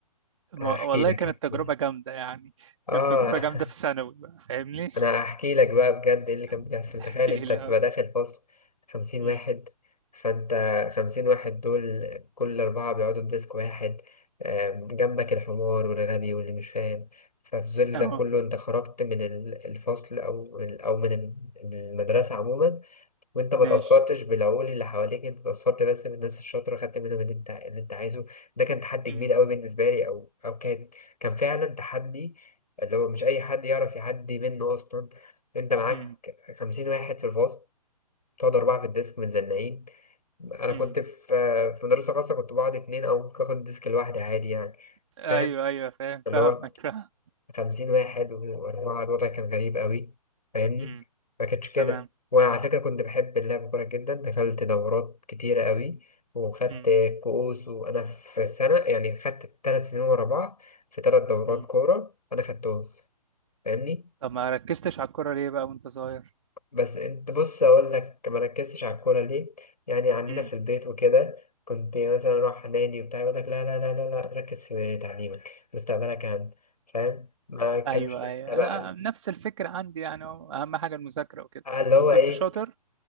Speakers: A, on the right; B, on the left.
A: ما-
B: أحكي
A: والله
B: لك
A: كانت
B: أحكي
A: تجربة
B: لك
A: جامدة يعني
B: آه
A: كانت تجربة جامدة في ثانوي بقى فاهمني
B: انا هحكي لك بقى بجد ايه اللي كان بيحصل
A: <laughs>
B: تخيل
A: احكي
B: انت
A: لي
B: تبقى
A: اه
B: داخل فصل خمسين
A: أمم.
B: واحد فانت خمسين واحد دول كل اربعة بيقعدوا في ديسك واحد آم، جنبك الحمار والغبي واللي مش فاهم ففي ظل
A: اه
B: ده كله انت خرجت من ال- الفصل او من- او من المدرسة عموما وانت ما
A: ماشي
B: تأثرتش بالعقول اللي حواليك انت تأثرت بس بالناس الشاطرة خدت منهم اللي انت اللي انت عايزه ده كان تحدي
A: أمم.
B: كبير قوي بالنسبة لي او او كان كان فعلا تحدي اللي هو مش اي حد يعرف يعدي منه اصلا انت معاك
A: أمم.
B: خمسين واحد في الفصل تقعد أربعة في الديسك متزنقين أنا
A: أمم.
B: كنت في في مدرسة خاصة كنت بقعد اتنين أو ممكن آخد الديسك لوحدي عادي يعني
A: ايوه
B: فاهم
A: ايوه فاهم
B: اللي
A: فاهمك
B: هو
A: فاهم
B: خمسين واحد وأربعة الوضع كان غريب أوي فاهمني
A: أمم.
B: مكانش كده
A: تمام
B: وأنا على فكرة كنت بحب اللعب كورة جدا دخلت دورات كتيرة أوي وخدت
A: أمم.
B: كؤوس وأنا في سنة يعني خدت تلات سنين ورا بعض في تلات دورات
A: أمم.
B: كورة أنا خدتهم فاهمني
A: طب ما ركزتش على الكورة ليه بقى وانت صغير
B: بس أنت بص أقول لك مركزتش على الكورة ليه يعني عندنا
A: أمم.
B: في البيت وكده كنت مثلا أروح نادي وبتاع يقول لك لا لا لا لا لا ركز في تعليمك مستقبلك أهم فاهم ما كانش
A: ايوه
B: لسه
A: ايوه
B: بقى
A: لا نفس الفكرة عندي يعني هو اهم حاجة المذاكرة وكده
B: آه، اللي هو
A: طب كنت
B: ايه
A: شاطر